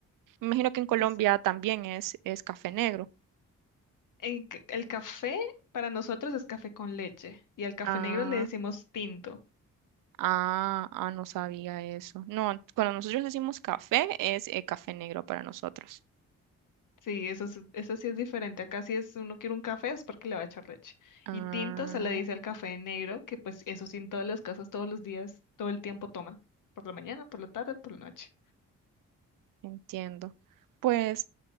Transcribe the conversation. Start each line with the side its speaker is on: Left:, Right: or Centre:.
Right: Me imagino que en Colombia
Left: sí, sí.
Right: también es, es café negro.
Left: En ca- el café para nosotros es café con leche y al café
Right: Ah,
Left: negro le decimos tinto.
Right: ah, ah, no sabía eso. No, cuando nosotros decimos café, es eh, café negro para nosotros.
Left: Sí, eso, es- eso sí es diferente. Acá si es uno quiere un café es porque le va a echar leche.
Right: Ah,
Left: Y tinto se le dice al café negro, que pues eso sí en todas las casas, todos los días, todo el tiempo toman. Por la mañana, por la tarde, por la noche.
Right: entiendo. Pues